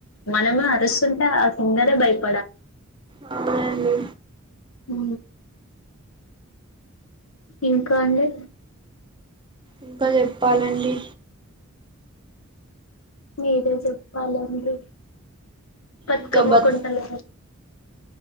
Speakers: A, on the left; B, on the right.
A: మనమే అరుస్తుంటే ఆ‌ సింగరే భయప
B: హాయ్ అండి
A: ఉ ఇంకా అండి
B: ఇంకా చెప్పు ప్పాలండి
A: మీరే చెప్పాలండి
B: ఇంకా
A: త్కమ్మ
B: బత్
A: కుంటేలె